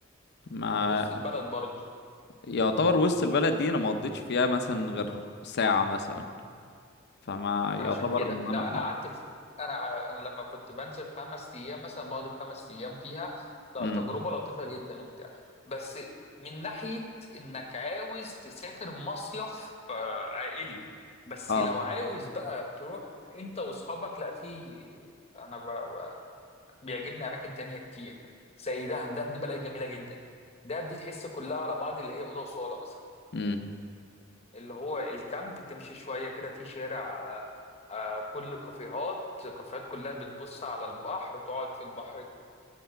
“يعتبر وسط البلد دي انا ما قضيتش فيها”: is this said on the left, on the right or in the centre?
Left